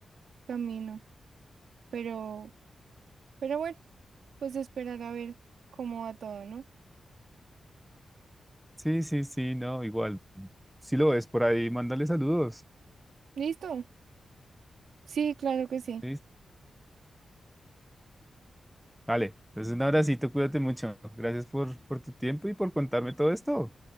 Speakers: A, on the right (about 85°); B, in the centre.
A: camino, pero, pero bueno, pues esperar a ver cómo va todo, ¿no?
B: Sí, sí, sí, no, igual. Si lo ves por ahí, mándale saludos.
A: ¿Listo? Sí, claro que sí.
B: ¿sí? Vale, entonces un abracito, cuídate mucho. Gracias por, por tu tiempo y por contarme todo esto.